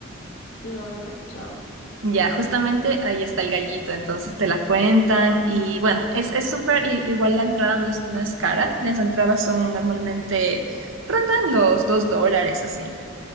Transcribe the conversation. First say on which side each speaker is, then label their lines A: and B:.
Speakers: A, on the left; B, on the right.
A: No, no lo he escuchado.
B: Ya, justamente ahí está el gallito, entonces te la cuentan y bueno, es, es súper, i- igual la entrada no es, no es cara, las entradas son normalmente, rondan los dos dólares así.